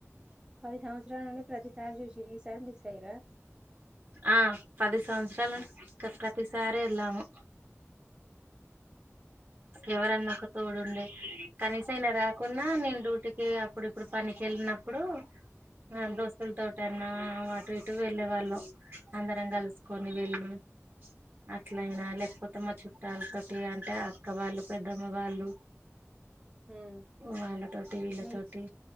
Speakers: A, on the right; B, on the right.
A: పది సంవత్సరాల నుండి ప్రతిసారి చూసింరు ఈసారి మిస్ అయ్యిన్రా
B: ఆ పది సంవత్సరాలు ను ప్రతిసారి ఎళ్ళాము ఎవరన్నా ఒకరు తోడుండే కనీసం అయినా రాకున్నా నేను డ్యూటీకి అప్పుడు ఇప్పుడు పనికి వెళ్ళినప్పుడూ
A: హ్మ్
B: ఆ దోసలు తో టైం ఆ ఆమె అటు ఇటు వెళ్ళేవాళ్ళం అందరం కలుసుకొని వెళ్ళి అట్లయినా లేకపోతే మా చుట్టాలతోటి అంటే అక్క వాళ్ళు పెద్దమ్మ వాళ్ళు
A: హ్మ్
B: వాళ్ళ తోటి వీళ్ళతోటి
A: మీ